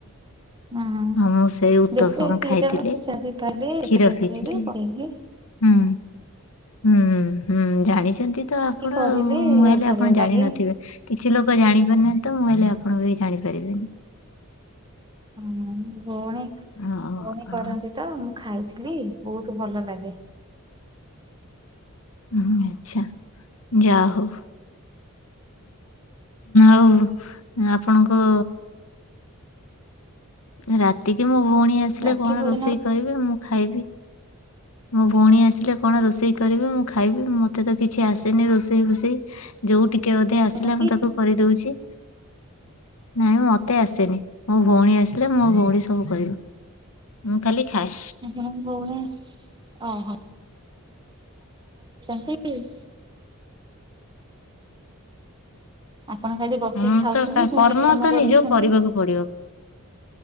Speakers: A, on the right; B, on the left.
A: ହୁଁ
B: ହଁ ମୁଁ ସେଇ ଉତ୍ତପମ
A: ଯେତେ ପିଜ
B: ଖାଇଥିଲି
A: ପିଜ ବି ପାଇଲେ
B: କ୍ଷୀର
A: ସେଥି
B: ପିଇଥିଲେ
A: <unintelligible>
B: ହୁଁ। ହୁଁ ହୁଁ। ଜାଣିଚନ୍ତି ତ ଆପଣ
A: କରିଲେ
B: ହେଲେ
A: ଭଲ
B: ଆପଣ ଜାଣିନଥିବେ
A: ଲାଗେ
B: କିଛି ଲୋକ ଜାଣିପାରୁ ନାହା ତ ମୁଁ ହେଲେ ଆପଣଙ୍କୁ ବି ଜାଣିପାରିବିନି।
A: ହଁ ଭଉଣୀ ଭଉଣୀ
B: ହଁ।
A: କରନ୍ତି ତ ମୁଁ ଖାଇଥି ଲି ବହୁତ ଭଲ ଲାଗେ।
B: ହୁଁ ଆଚ୍ଛା ଯା ହଉ। ଆଉ ଆପଣଙ୍କ ରାତିକି ମୋ ଭଉଣୀ ଆସିଲେ
A: ରାକ୍ଷୀ
B: କଣ
A: ଭୋଜନ
B: ରୋଷେଇ କରିବେ ମୁଁ ଖାଇବି। ମୋ ଭଉଣୀ ଆସିଲେ କଣ ରୋଷେଇ କରିବି ମୁଁ ଖାଇବି ମତେ ତ କିଛି ଆସେନି ରୋଷେଇ ଫୋଷେଇ ଯୋଉ ଟିକେ ଅଧେ
A: କରନ୍ତି
B: ଆସିଲା ମୁଁ ତାକୁ କରିଦଉଛି। ନାଇଁ ମତେ ଆସେନି ମୋ ଭଉଣୀ ଆସିଲେ ମୋ ଭଉଣୀ ସବୁ କହିବ। ମୁଁ ଖାଲି ଖାଏ।
A: ହଁ ହଉ। <unintelligible> ଆପଣ ଖାଲି ବସିକି
B: ହଁ
A: ଖାଉଛନ୍ତି
B: ତ
A: ଭଉଣୀ
B: କର୍ମ
A: କି କାମ
B: ତ
A: କରଉଛନ୍ତି
B: ନିଜ କରିବାକୁ ପଡିବ।